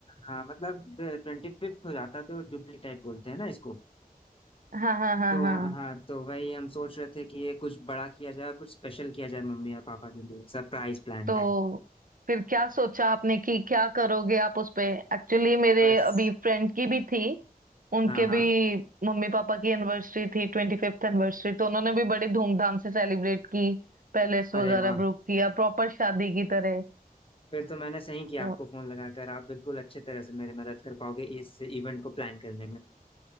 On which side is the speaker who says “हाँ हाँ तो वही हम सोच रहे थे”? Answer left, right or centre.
Left